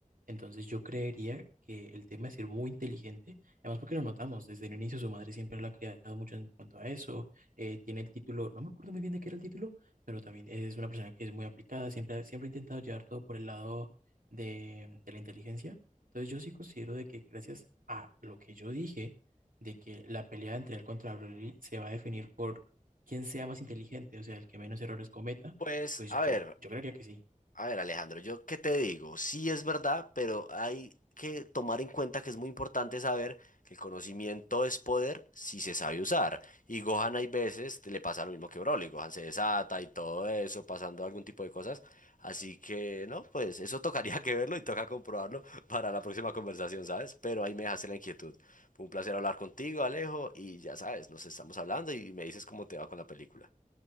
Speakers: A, on the right; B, on the left.
A: Entonces, yo creería que el tema de ser muy inteligente, además porque lo notamos desde el inicio, su madre siempre lo ha criado mucho en cuanto a eso, eh, tiene el título, no me acuerdo muy bien de qué era el título, pero también es una persona que es muy aplicada, siempre, siempre ha intentado llevar todo por el lado de, de la inteligencia. Entonces, yo sí considero de que gracias a lo que yo dije, de que la pelea entre él contra Broly se va a definir por quién sea más inteligente, o sea, el que menos errores cometa,
B: Pues,
A: pues
B: a
A: yo,
B: ver,
A: yo creería que sí.
B: a ver, Alejandro, yo qué te digo, sí es verdad, pero hay que tomar en cuenta que es muy importante saber que el conocimiento es poder si se sabe usar. Y Gohan hay veces te- le pasa lo mismo que Broly, Gohan se desata y todo eso, pasando algún tipo de cosas. Así que, no, pues eso <laughs> tocaría que verlo y toca comprobarlo <laughs> para la próxima conversación, ¿sabes? Pero ahí me dejaste la inquietud. Fue un placer hablar contigo, Alejo, y ya sabes, nos estamos hablando y me dices cómo te va con la película.